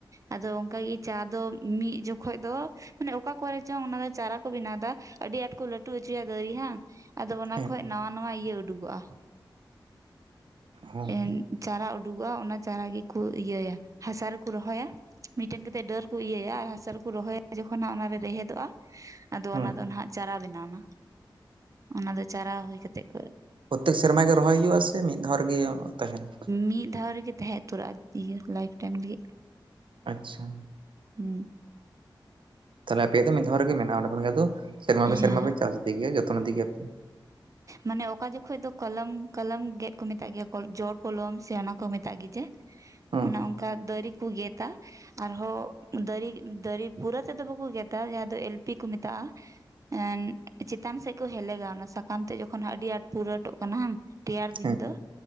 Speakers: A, on the right; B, on the right.
A: ᱟᱸᱫᱚ ᱚᱱᱠᱟᱹᱜᱮ ᱪᱟ ᱫᱚ ᱢᱤᱫ ᱡᱚᱠᱷᱚᱡ ᱫᱚᱻ ᱢᱟᱱᱮᱹ ᱚᱠᱟ ᱠᱚᱨᱮ ᱪᱚᱝ ᱚᱱᱟ ᱫᱚ ᱪᱟᱨᱟ ᱠᱚ ᱵᱮᱱᱟᱣ ᱮᱫᱟ ᱟᱹᱰᱤ ᱟᱸᱴ ᱠᱚ ᱞᱟᱹᱴᱩ ᱦᱚᱪᱚᱭᱟ ᱫᱟᱨᱤ ᱵᱟᱝ᱾ ᱟᱸᱫᱚ ᱚᱱᱟ
B: ᱦᱮᱸ
A: ᱠᱷᱚᱡ ᱱᱟᱶᱟ ᱱᱟᱣᱟ ᱤᱭᱟᱹ ᱩᱰᱩᱠᱚᱜᱼᱟ᱾
B: ᱦᱚᱸ
A: ᱮᱱ ᱪᱟᱨᱟ ᱩᱰᱩᱠᱚᱜᱼᱟ ᱚᱱᱟ ᱪᱟᱨᱟ ᱜᱮᱠᱚᱸ ᱤᱭᱟᱹᱭᱟ, ᱦᱟᱥᱟ ᱨᱮᱹᱠᱚ ᱨᱚᱦᱚᱭᱼᱟ᱾ ᱢᱤᱫᱹᱴᱮᱱ ᱠᱟ ᱠᱟᱛᱮᱫ ᱰᱟᱹᱨ ᱠᱚ ᱤᱭᱟᱹᱭᱟ ᱟᱨ ᱦᱟᱥᱟ ᱨᱮᱹᱠᱚ ᱨᱚᱦᱚᱭᱟ ᱡᱚᱠᱷᱚᱱ ᱦᱟᱜ ᱚᱱᱟᱨᱮ ᱨᱮᱦᱮᱫᱚᱜᱼᱟ, ᱟᱸᱫᱚ
B: ᱦᱩᱸ
A: ᱚᱱᱟ ᱫᱚ ᱱᱟᱦᱱᱟᱹᱜ ᱪᱟᱨᱟ ᱵᱮᱱᱟᱣᱱᱟ᱾ ᱚᱱᱟ ᱫᱚ ᱪᱟᱨᱟ ᱦᱩᱭ ᱠᱟᱛᱮ ᱠᱚ
B: ᱯᱨᱚᱛᱮᱠ ᱥᱮᱨᱢᱟ ᱜᱮ ᱨᱚᱦᱚᱭ ᱦᱩᱭᱩᱜᱼᱟ ᱥᱮ ᱢᱤᱫ ᱫᱷᱟᱣ ᱜᱮ ᱛᱟᱦᱮᱱᱟ?
A: ᱢᱤᱫ ᱫᱷᱟᱣ ᱨᱮᱹᱜᱮ ᱛᱟᱦᱮᱸ ᱩᱛᱟᱹᱨᱚᱜᱼᱟ᱾ ᱤᱭᱟᱹ ᱞᱟᱭᱤᱯᱷ ᱴᱟᱭᱤᱢ ᱞᱟᱜᱤᱫ᱾
B: ᱟᱪᱪᱷᱟ᱾
A: ᱦᱩᱸ᱾
B: ᱛᱟᱦᱞᱮ ᱟᱸᱯᱮᱭᱟᱜ ᱫᱚ ᱢᱤᱫᱷᱟ ᱨᱮᱜᱮ ᱢᱮᱱᱟᱜᱼᱟ ᱚᱸᱰᱮ ᱠᱷᱚᱱ ᱜᱮ ᱟᱫᱚ ᱥᱮᱨᱢᱟ ᱯᱮ
A: ᱦᱮᱸ
B: ᱥᱮᱨᱢᱟ ᱯᱮ ᱪᱟᱥ ᱤᱫᱤ ᱜᱮᱻᱭᱟ ᱡᱚᱛᱚᱱ ᱤᱫᱤ ᱜᱮᱭᱟᱯᱮ᱾
A: ᱢᱟᱱᱮᱹ ᱚᱠᱟ ᱡᱚᱠᱷᱚᱱ ᱫᱚ ᱠᱚᱞᱚᱢ, ᱠᱚᱞᱚᱢ ᱜᱮᱫ ᱠᱚ ᱢᱮᱛᱟᱜ ᱜᱮᱭᱟ ᱠᱚ ᱡᱚ ᱠᱚᱞᱚᱢ ᱥᱮ ᱚᱱᱟᱠᱚ ᱠᱚ ᱢᱮᱛᱟᱹᱜ ᱜᱮ ᱡᱮ
B: ᱦᱩᱸ
A: ᱚᱱᱮ ᱚᱱᱠᱟ ᱫᱟᱨᱤ ᱠᱚ ᱜᱮᱛ-ᱟ᱾ ᱟᱨᱦᱚᱸ ᱫᱟᱨᱮ, ᱫᱟᱨᱮ ᱯᱩᱨᱟᱹ ᱛᱮᱫᱚ ᱵᱟᱠᱚ ᱜᱮᱛᱟ ᱡᱟᱦᱟᱸ ᱫᱚ ᱮᱞ ᱯᱤ ᱠᱚ ᱢᱮᱛᱟᱜᱼᱟ᱾ ᱮᱸᱫᱽ ᱪᱮᱛᱟᱱ ᱥᱮᱫ ᱠᱚ ᱦᱮᱞᱮᱜᱟ ᱚᱱᱟ ᱥᱟᱠᱟᱢ ᱛᱮ ᱡᱚᱠᱷᱚᱱ ᱦᱟᱸᱜ ᱟᱹᱰᱤ ᱟᱸᱴ ᱯᱩᱨᱟᱹᱴᱚᱜ ᱠᱟᱱᱟ ᱦᱟᱝ ᱛᱮᱭᱟᱨ ᱫᱤᱱ
B: ᱦᱮᱸ
A: ᱫᱚ